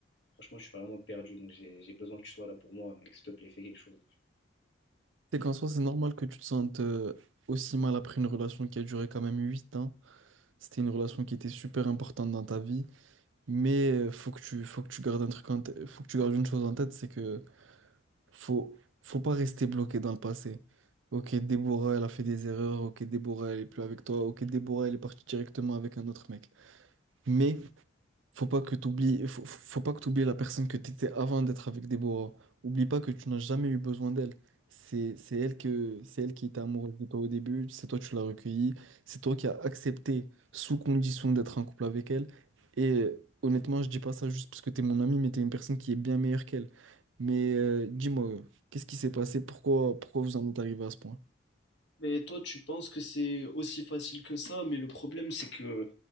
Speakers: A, on the left; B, on the right.
A: Franchement, je suis vraiment perdu, donc j'ai j'ai besoin que tu sois là pour moi, mec, s'il te plaît, fais quelque chose.
B: C'est qu'en soi, c'est normal que tu te sentes euh, aussi mal après une relation qui a duré quand même 8 ans. C'était une relation qui était super importante dans ta vie. Mais euh, faut que tu, faut que tu gardes un truc en tête- faut que tu gardes une chose en tête, c'est que faut, faut pas rester bloqué dans le passé. Ok, Déborah, elle a fait des erreurs. Ok, Déborah, elle est plus avec toi. Ok, Déborah, elle est partie directement avec un autre mec. Mais faut pas que t'oublies, faut, faut pas que t'oublies la personne que t'étais avant d'être avec Déborah. Oublie pas que tu n'as jamais eu besoin d'elle. C'est, c'est elle que, c'est elle qui était amoureuse de toi au début. C'est toi qui l'as recueillie. C'est toi qui as accepté sous condition d'être en couple avec elle. Et euh, honnêtement, je dis pas ça juste parce que t'es mon ami, mais t'es une personne qui est bien meilleure qu'elle. Mais euh, dis-moi, qu'est-ce qui s'est passé? Pourquoi, pourquoi vous en êtes arrivé à ce point?
A: Mais toi, tu penses que c'est aussi facile que ça, mais le problème, c'est que